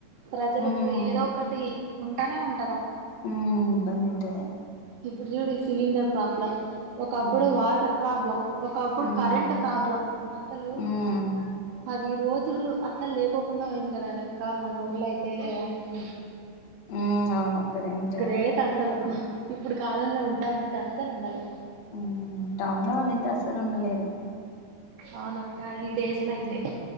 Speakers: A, on the right (about 80°); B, on the left (about 65°).
A: ప్రజలకు
B: ఉమ్
A: ఏదో ఒకటి ఉంటానే ఉంటదా
B: ఉమ్ ఇబ్బంది ఉంటది.
A: ఇప్పుడు చూడు ఈ సిలిండర్ ప్రాబ్లం. ఒకప్పుడు
B: అవును
A: వాటర్ ప్రాబ్లం ఒకప్పుడు
B: మ్మ్
A: కరెంట్ ప్రాబ్లం. అసలు
B: మ్మ్
A: అది ఈ రోజు. అసలు అసలు లేకోకుండా పోయింది కదా అక్క మన ఊర్లో అయితే అసలు.
B: మ్మ్ అవును కరెంట్
A: గ్రేట్ అసలు.
B: ఇప్పుడు
A: ఇప్పుడు కాలంలో ఉంటా ఉంటా అస్సలు ఉండలేము.
B: ఉమ్ టౌన్ లో వాళ్ళుయితే అస్సలు ఉండలేరు.
A: అవునాక్క. ఆహ్ ఈ డేస్లా అయితే.
B: ఉమ్